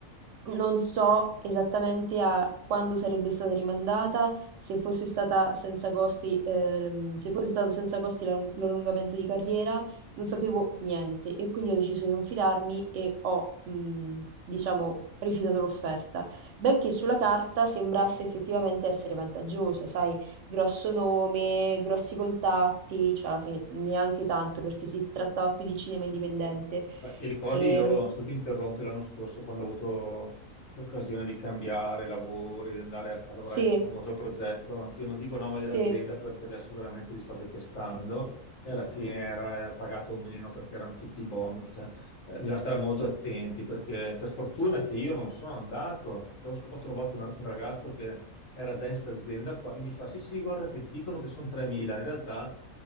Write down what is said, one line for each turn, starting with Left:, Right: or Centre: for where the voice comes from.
Right: Non so esattamente a quando sarebbe stata rimandata, se fosse stata senza costi, ehm, se fosse stato senza costi l'all- l'allungamento di carriera, non sapevo niente e quindi ho deciso di non fidarmi e ho, mh, diciamo, rifiutato l'offerta. Benché sulla carta sembrasse effettivamente essere vantaggiosa, sai, grosso nome, grossi contatti, cioè alla fine neanche tanto perché si trattava più di cinema indipendente.
Left: Beh, ti ricordi,
Right: E,
Left: io se ti interrompi l'anno scorso quando ho avuto l'occasione di cambiare lavori, di andare a, a lavorare
Right: sì,
Left: in un famoso progetto, anch'io non dico nome dell'azienda
Right: sì.
Left: perché adesso veramente li sto detestando e alla fine era pagato meno perché erano tutti bonus, cioè, eh, bisogna stare molto attenti perché per fortuna che io non sono andato, perché ho, sc- ho trovato una- un ragazzo che era già in sta azienda qua che mi fa sì sì guarda che ti dicono che sono 3.000, in realtà